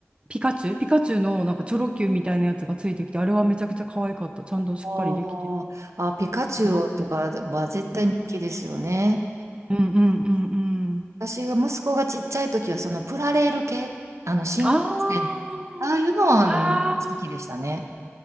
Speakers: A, on the right; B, on the right.
A: ピカチュウ、ピカチュウのなんかチョロ Q みたいなやつがついてきて、あれはめちゃくちゃ可愛かった。ちゃんとしっかりできてて。
B: あーあ、ピカチュウとかは絶対人気ですよね。
A: うまかったうんうんうんうん。
B: 私が息子がちっちゃい時は、そのプラレール系、あの新幹線の、
A: あー
B: ああいうのはあの好きでしたね。
A: あ